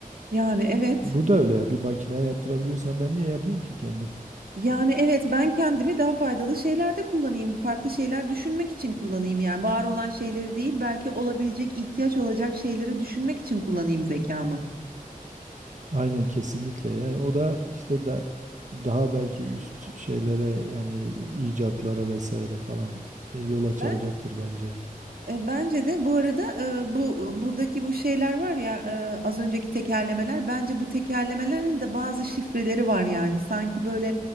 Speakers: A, on the right; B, on the right.
A: Yani evet.
B: Bu da öyle ya bir makineye yaptırabiliyorsam ben niye yapayım ki kendim?
A: Yani evet ben kendimi daha faydalı şeylerde kullanayım, farklı şeyler düşünmek için kullanayım yani var olan şeyleri değil belki olabilecek ihtiyaç olacak şeyleri düşünmek için kullanayım zekamı.
B: Aynen kesinlikle. Yani o da işte da daha belki üst şeylere yani icatlara vesaire falan e, yol açacaktır
A: Ben
B: bence.
A: e, bence de bu arada e, bu buradaki bu şeyler var ya e, az önceki tekerlemeler bence bu tekerlemelerin de bazı şifreleri var yani sanki böyle